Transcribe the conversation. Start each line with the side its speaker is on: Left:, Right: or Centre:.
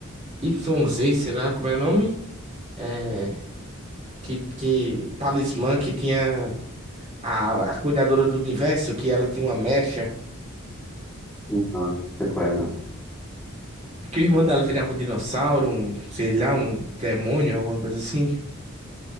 Right: Y Z, sei lá como é o nome? É, que, que talismã que tinha a, a cuidadora do universo, que ela tinha uma mecha,
Centre: Não, não sei qual é, não.
Right: que o irmão dela virava um dinossauro, um, sei lá, um demônio, alguma coisa assim.